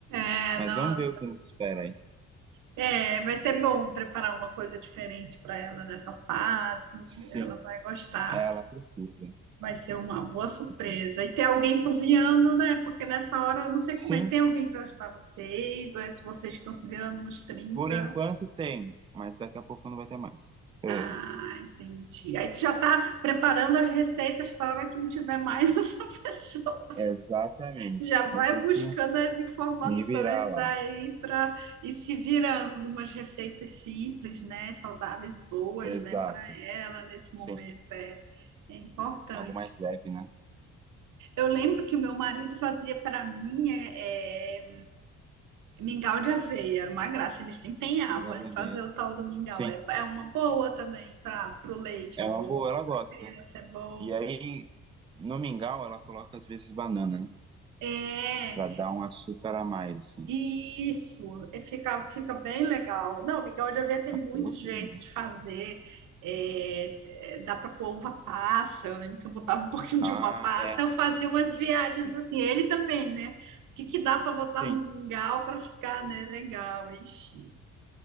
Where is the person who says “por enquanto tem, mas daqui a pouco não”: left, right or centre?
Right